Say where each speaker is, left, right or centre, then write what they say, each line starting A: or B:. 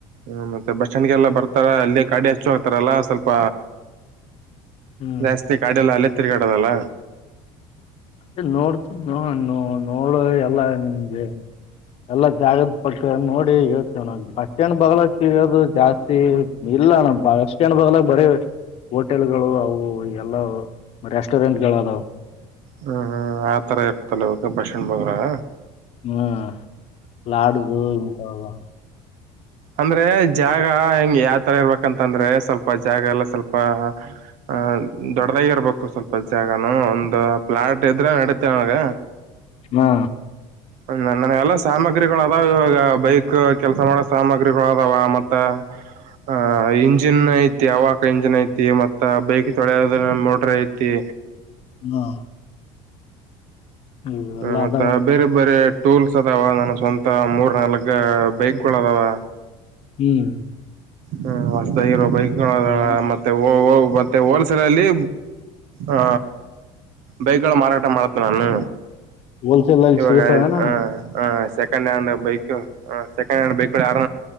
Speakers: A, on the right; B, on the left.
A: ಹ್ಮ ಮತ್ತ ಬಸ್ ಸ್ಟಾಂಡ್ಗೆಲ್ಲ ಬರ್ತಾರ ಅಲ್ಲೆ ಗಾಡಿ ಹಚ್ಚ ಹೊತಾರ ಅಲ್ಲ ಸ್ವಲ್ಪ.
B: ಹ್ಮ್
A: ಜಾಸ್ತಿ ಗಾಡಿಯಲ್ಲ ಅಲ್ಲೆ ತೀರ್ಗ್ಯಡದಲ್ಲ.
B: ಏ ನೋಡ್ ನೋ ನೋ ನೋಡೋದೇ ಎಲ್ಲ ನಿಮಗೆ. ಎಲ್ಲ ಜಾಗದ ಪಕ್ಕ ನೋಡಿ ಹೇಳ್ತೇನ ನಾ ಬಸ್ ಸ್ಟ್ಯಾಂಡ್ ಬಾಗಲಾಗ್ ಸಿಗದು ಜಾಸ್ತಿ ಈ ಇಲ್ಲಣ್ಣ ಬಸ್ಟ್ಯಾಂಡ್ ಬಾಗಲಾಗ್ ಬರೆ. ಹೋಟೆಲ್ಗಳು ಅವು ಎಲ್ಲ ವ ರೆಸ್ಟೋರೆಂಟ್ಗಳ ಅದಾವ.
A: ಹ್ಮ್ ಹ್ಮ್ ಆತರ ಇರ್ತಲ್ಲ <unintelligible> ಬಸ್ಟ್ಯಾಂಡ್ ಬಾಗಲಾಗ್.
B: ಹ್ಮ್ ಲಾಡ್ಜು ಇಂತವ್ ಅದವ.
A: ಅಂದ್ರೆ ಜಾಗ ಹೆಂಗ ಯಾತರ ಇರ್ಬೇಕಂತಂದ್ರೆ ಸ್ವಲ್ಪ ಜಾಗ ಎಲ್ಲ ಸ್ವಲ್ಪ್ ಆ ದೊಡ್ಡದಾಗೆ ಇರ್ಬೇಕು ಸ್ವಲ್ಪ ಜಾಗನು ಒಂದ ಪ್ಲಾಟ್ ಇದ್ರ ನಡೀತ ಅವಾಗ.
B: ನಾ
A: ಹ ನನ್ ನನ್ನೆಲ್ಲಾ ಸಾಮಗ್ರಿಗೋಳ ಅದಾವ ಇವಾಗ ಬೈಕ್ ಕೆಲ್ಸ ಮಾಡ ಸಾಮಾಗ್ರಿಗೋಳು ಅದಾವ ಮತ್ತ. ಆಹ ಇಂಜಿನ್ ಐತಿ ಅವಕ ಇಂಜಿನ್ ಐತಿ ಮತ್ತ ಬೈಕ್ ತೊಳೆಯದ ಮೋಟರ್ ಐತಿ.
B: ಹಾ ಇವೆಲ್ಲ
A: ಹ ಮತ್ತ
B: ಅದಾವ
A: ಬೇರೆ ಬೇರೆ. ಟೂಲ್ಸ್ ಅದಾವ ನನ್ನು ಸ್ವಂತ ಮೂರ್ ನಾಲ್ಕ್ ಬೈಕ್ಗೋಳು ಅದಾವ.
B: ಹ್ಮ್
A: ಹ್ಮ್ ಹೊಸದಾಗಿರೋ ಬೈಕ್ಗಳ ಅದಾವ
B: ಎಲ್ಲ
A: ಮತ್ತೆ ಓ ಮತ್ತೆ ಹೋಲ್ಸೇಲ್ ಅಲ್ಲಿ ಆ ಬೈಕ್ಗಳ ಮಾರಾಟ ಮಾಡತೆ ನಾನು.
B: ಹೋಲ್ಸೇಲ್ ಆಗಿ
A: ಇವಾಗ
B: ಸಿಗುತ್ತಾವೇನಣ್ಣ
A: ಹ ಹ ಸೆಕೆಂಡ್ ಹ್ಯಾಂಡ್ ಬೈಕ್.. ಹ ಸೆಕೆಂಡ್ ಹ್ಯಾಂಡ್ ಬೈಕ್ ಆರ